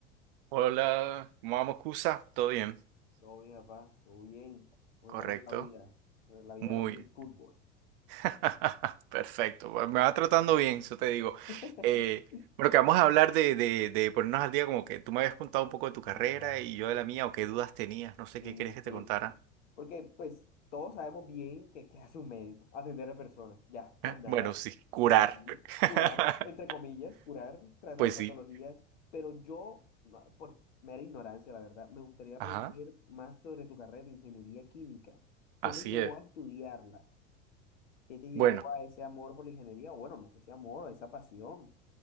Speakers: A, on the right; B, on the left.
A: Hola, ¿cómo vamos, Cusa? ¿Todo bien?
B: Todo bien, papá, todo bien. ¿Cómo
A: Correcto.
B: te trata la vida? Pues, La vida
A: Muy.
B: la pone el fútbol.
A: <laughs> Perfecto. Bueno, Me va tratando bien, eso te digo.
B: <laughs>
A: Eh, bueno, que vamos a hablar de, de, de ponernos al día, como que tú me habías contado un poco de tu carrera
B: Sí, papá,
A: y yo de la mía, o qué dudas tenías, no sé
B: en
A: qué querías
B: efecto.
A: que te contara.
B: Porque, pues, todos sabemos bien que qué hace un médico, atender a personas, ya, más
A: ¿Eh?
B: nada.
A: Bueno, sí, curar.
B: Pues sí,
A: <laughs>
B: curar, entre comillas, curar, tratar
A: Pues
B: patologías.
A: sí.
B: Pero yo, no, por mera ignorancia, la verdad, me gustaría aprender
A: Ajá,
B: más sobre tu carrera de ingeniería química.
A: así
B: ¿Qué te llevó
A: es.
B: a estudiarla? ¿Qué te llevó
A: Bueno,
B: a ese amor por la ingeniería? O Bueno, no sé si amor, a esa pasión.